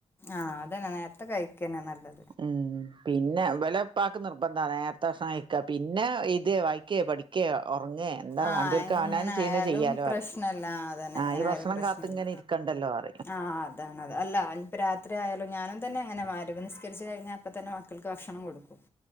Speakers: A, on the left (about 20°); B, on the right (about 45°).
A: ആഹ്‌ അതന്നെ നേരത്തെ കഴിക്കന്നെ നല്ലത്.
B: ഹ്മ്മ് പിന്നെ ഇവലപ്പാക്ക് നിർബന്ധ നേരത്തെ ഭക്ഷണം കയ് ക്കാ, പിന്നെ എഴ്‌തേ വായിക്കെ പഠിക്കേ ഒർങ്ങേ എന്താ
A: ആഹ്
B: വാണ്ടിയോൽക്ക്
A: എങ്ങനെ
B: അവനാന് ചെയ്യ്ണെ
A: ആയാലും
B: ചെയ്യാലോ
A: പ്രശ്നല്ല
B: അറിം
A: അതന്നെ
B: ആ
A: എങ്ങനെ
B: ഈ
A: ആയാലും
B: ഭക്ഷണം
A: പ്രശ്നല്ല
B: കാത്ത് ഇങ്ങനെ കണ്ടല്ലോറിം.
A: ആഹ് താണത്. അല്ല ഇന്പ്പ രാത്രി ആയാലും ഞാനും തന്നെ അങ്ങനെ മഗ് രിബ് നിസ്കരിച്ച് കഴിഞ്ഞാ അപ്പ തന്നെ മക്കൾക്ക് ഭക്ഷണം കൊടുക്കും.